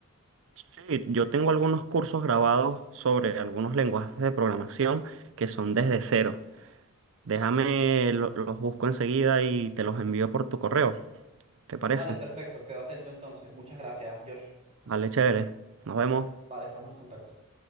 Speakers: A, on the right; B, on the right.
A: Sí, yo tengo algunos cursos grabados sobre algunos lenguajes de programación que son desde cero. Déjame, lo- los busco enseguida y te los envío por tu correo. ¿Te parece?
B: Vale, perfecto, quedo atento entonces. Muchas gracias, Josh.
A: Vale, chévere. Nos vemos.
B: Vale, estamos en contacto.